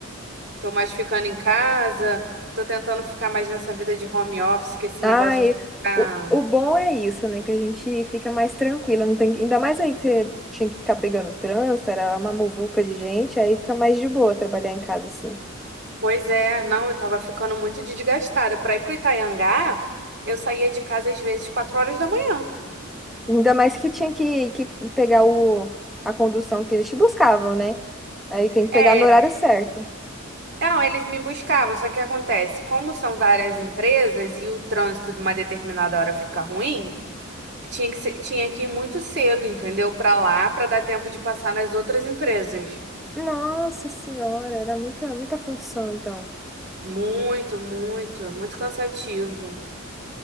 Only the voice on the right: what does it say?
Tô mais ficando em casa, tô tentando ficar mais nessa vida de home office, que esse
negócio de ficar.
Pois é, não, eu tava ficando muito desgastada. Pra ir pro Itaiangá, eu saía de casa às vezes quatro horas da manhã.
É,
Não, eles me buscavam, só que acontece, como são várias empresas e o trânsito de uma determinada hora fica ruim, tinha que ser- tinha que ir muito cedo, entendeu? Pra lá, pra dar tempo de passar nas outras empresas.
Muito, muito, muito cansativo.